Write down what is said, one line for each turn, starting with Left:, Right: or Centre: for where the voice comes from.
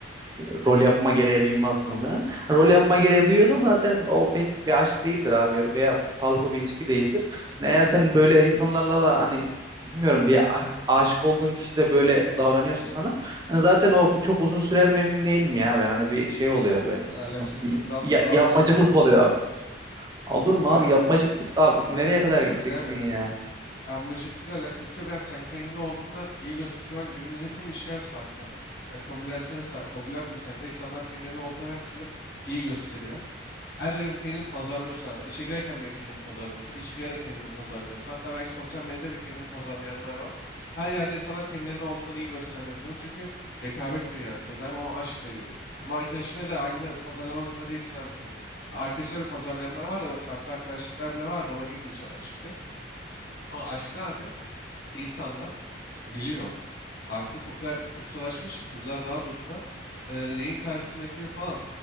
Right: e, rol yapma gereği duymazsın falan. Hani rol yapma gereği duyuyorsan zaten o pek bir aşk değildir abi ya da veya sağlıklı bir ilişki değildir. Hani eğer sen böyle insanlarla da hani bilmiyorum bir a- aşık olduğun kişi de böyle davranıyorsa sana hani zaten o bir çok uzun sürer mi emin değilim ya ben hani bir şey oluyor böyle
Left: alakası
Right: nasıl diyeyim
Left: yok. Dust'ı
Right: bir ya-
Left: daha
Right: yapmacıklık
Left: fazla sürer
Right: oluyor
Left: abi.
Right: abi. Olur mu
Left: Abi
Right: abi yapmacıklık abi
Left: alakası
Right: nereye kadar gideceksin
Left: yok abi.
Right: ya?
Left: Amıcıkla alakası yok abi. Sen kendini olduğundan iyi göster. Şu an günümüzdeki tüm işler sahte. Sen kabullensene sahte. Kabullenmesen de insanlar kendilerini olduğundan her türlü iyi gösteriyor. Her şeyde kendini pazarlıyorsun abi. Sen işe girerken bile kendini pazarlıyorsun. İş girer de kendini pazarlıyorsun. Hatta belki sosyal medyada bile kendini pazarlayanlar var. Her yerde insanlar kendilerini olduğundan iyi göstermek zorunda. Çünkü rekabet dünyası. Ne zaman ona aşk da giriyor. Ama arkadaşına da ailene pazarlamak zorunda değilsin abi kendini. Arkadaşlar da pazarlayanlar var da böyle sahte arkadaşlıklar bile var da ona girmeyeceğim abi şimdi. Ama aşkta abi insanlar biliyor. Artık o kadar ustalaşmış ki kızlar daha da usta. Ee, neyin karşısındakini falan.